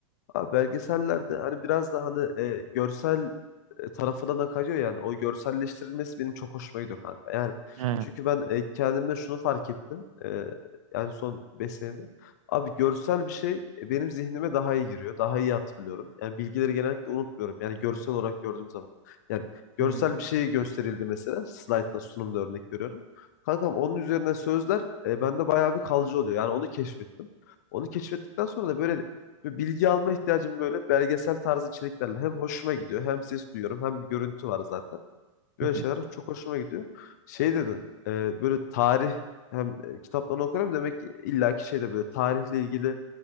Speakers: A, on the left; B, on the right.
A: Abi belgesellerde hani biraz da hani e, görsel e, tarafına da kayıyor yani. O görselleştirilmesi benim çok hoşuma gidiyor kanka. Yani
B: He,
A: çünkü ben e, kendimde şunu fark ettim. e, yani son 5 senede. Abi görsel bir şey e, benim zihnime daha iyi giriyor. Daha iyi hatırlıyorum. Yani bilgileri genellikle unutmuyorum. Yani görsel olarak gördüğüm zaman. Yani görsel
B: hmm,
A: bir şey gösterildi mesela. Slide'da sunumda örnek veriyorum. Kankam onun üzerine sözler e, bende bayağı bir kalıcı oluyor. Yani onu keşfettim. Onu keşfettikten sonra da böyle ve bilgi alma ihtiyacım böyle belgesel tarzı içeriklerle hem hoşuma gidiyor hem ses duyuyorum hem bir görüntü var zaten. Böyle
B: hı hı,
A: şeyler çok hoşuma gidiyor. Şey dedin e, böyle tarih hem e, kitaplarını okuyorum demek ki illaki şeyde böyle tarihle ilgili